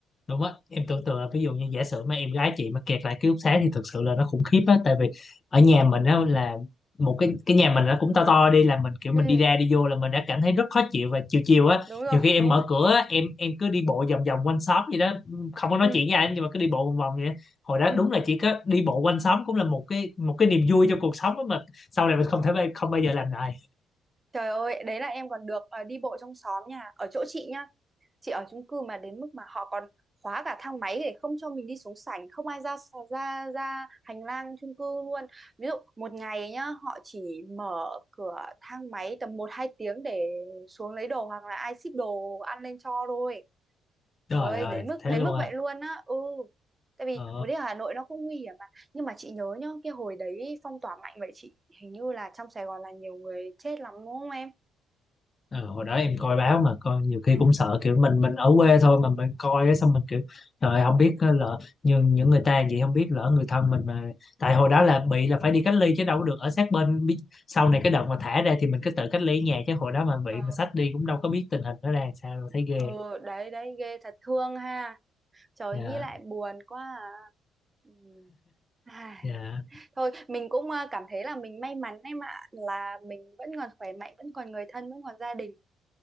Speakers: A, on the left (about 40°); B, on the right (about 25°).
A: đúng á em tưởng tượng là ví dụ như giả sử mà em gái chị mà kẹt lại ký túc xá thì thực sự là nó khủng khiếp á tại vì ở nhà mình á là một cái cái nhà mình nó cũng to to đi là mình kiểu mình
B: ừ
A: đi ra đi vô là mình đã cảm thấy rất khó chịu và chiều chiều á
B: đúng rồi
A: nhiều khi em
B: đúng
A: mở
B: rồi
A: cửa á, em em cứ đi bộ vòng vòng quanh xóm vậy đó không có nói
B: ừ
A: chuyện với ai nhưng mà cứ đi bộ vòng vòng vậy đó. hồi đó
B: ừ
A: đúng là chỉ có đi bộ quanh xóm cũng là một cái một cái niềm vui cho cuộc sống á mà sau này mình không
B: Ờ.
A: thể không bao giờ làm lại
B: trời ơi đấy là em còn được ờ, đi bộ trong xóm nhà ở chỗ chị nhá chị ở chung cư mà đến mức mà họ còn khóa cả thang máy để không cho mình đi xuống sảnh không ai ra ra ra hành lang chung cư luôn ví dụ một ngày nhá họ chỉ mở cửa thang máy tầm một hai tiếng để xuống lấy đồ hoặc là ai ship đồ ăn lên cho thôi
A: trời
B: trời ơi
A: ơi
B: đến mức
A: thế
B: đến
A: luôn
B: mức vậy
A: à
B: luôn á ừ tại vì
A: ờ.
B: hồi đấy ở Hà Nội nó cũng nguy hiểm mà nhưng mà chị nhớ nhá cái hồi đấy phong tỏa mạnh vậy chị hình như là trong Sài Gòn là nhiều người chết lắm đúng không em
A: Ờ, hồi đó em coi báo mà coi nhiều khi
B: ừ
A: cũng sợ kiểu mình mình ở quê thôi mà mình coi
B: ừ
A: á, xong mình kiểu trời ơi, không biết á, lỡ nhưng những người ta vậy không biết lỡ người thân mình mà tại hồi đó là bị là phải đi cách ly chứ đâu có được ở sát bên Bi- sau này cái đợt mà thả ra thì mình cứ tự cách ly ở nhà chứ hồi đó mà bị
B: ờ
A: mà sách đi cũng đâu có biết tình hình nó ra làm sao đâu thấy ghê
B: ừ, đấy đấy ghê thật thương ha trời
A: dạ
B: nghĩ lại buồn quá à. Ừ. Ai,
A: dạ
B: thôi mình cũng ờ, cảm thấy là mình may mắn em ạ là mình vẫn còn khỏe mạnh vẫn còn người thân vẫn còn gia đình